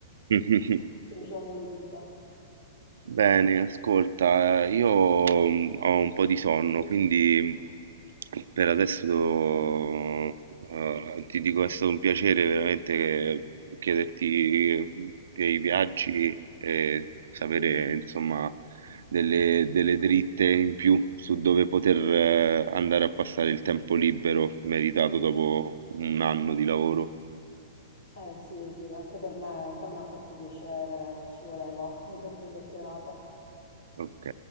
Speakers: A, on the right; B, on the left.
A: <laughs>
B: <laughs> incrociamo le dita.
A: Bene, ascolta, eh, io mm, ho un po' di sonno, quindi per adesso eh, ti dico è stato un piacere veramente che- chiederti dei viaggi e sapere insomma delle, delle dritte in più su dove poter eh, andare a passare il tempo libero meritato dopo un anno di lavoro.
B: Eh sì, sì, anche per me, anche a me ha fatto piacere, ci voleva questa chiacchierata.
A: Ok.